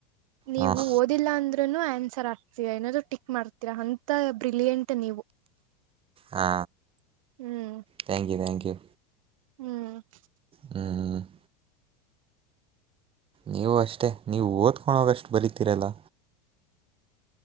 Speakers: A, on the right; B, on the right.
A: ನೀವು
B: ಹಾಂ
A: ಓದಿಲ್ಲ ಅಂದ್ ಆನ್ಸರ್ ಆಗ್ತೀ ಏನಾದ್ರು ಟಿಕ್ ಮಾಡ್ತೀರಾ ಅಂತ ಬ್ರಿಲಿಯಂಟ್ ಮ ನೀವು
B: ಹಾ
A: ಹ್ಮ್
B: ಥಾಂಕ್ ಯು ಥ್ಯಾಂಕ್ ಯು
A: ಹ್ಮ್ <unintelligible>
B: ಹ್ಮ್ <inaudible> ನೀವು ಅಷ್ಟೇ ನೀವು ಓದ್ಕೊಂಡೋಗಷ್ಟು ಬರಿತೀರಲ್ಲ